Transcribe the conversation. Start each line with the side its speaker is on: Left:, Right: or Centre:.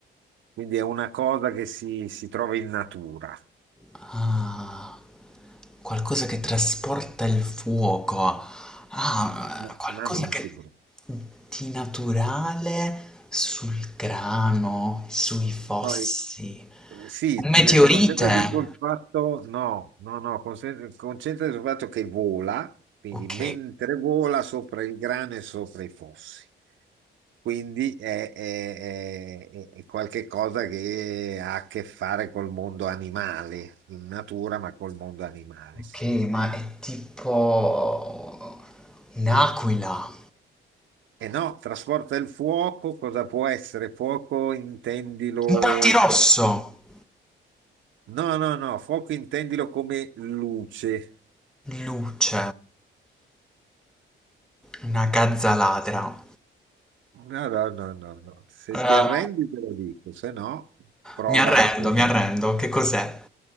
Right: Quindi è una cosa che si, si trova in natura,
Centre: Ah, qualcosa che trasporta il fuoco. Ah,
Right: ma
Centre: qualcosa
Right: ma non
Centre: che
Right: si brucia.
Centre: di naturale sul grano, sui fossi.
Right: Poi, eh, sì,
Centre: Un meteorite.
Right: eh, concentrati sul fatto, no, no, no, concent- concentrati sul fatto che vola, quindi
Centre: Ok,
Right: mentre vola sopra il grano e sopra i fossi. Quindi è, è- è- è qualche cosa che ha a che fare col mondo animale, in natura, ma col mondo animale.
Centre: Ok, ma è tipo un'aquila,
Right: E no, trasporta il fuoco, cosa può essere? Fuoco intendilo...
Centre: un rosso
Right: No, no, no, fuoco intendilo come luce.
Centre: luce, una gazza ladra.
Right: No, no, no, no, no. Se
Centre: Eh,
Right: ti arrendi te lo dico, se no prova
Centre: mi arrendo,
Right: ancora.
Centre: mi arrendo, che cos'è?